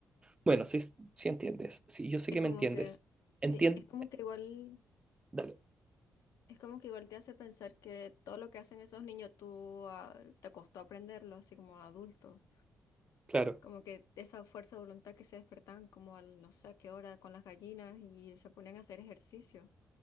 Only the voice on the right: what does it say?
bueno, sí, sí entiendes, sí, yo sé
que
me entiendes.
Entiende,
dale,
claro.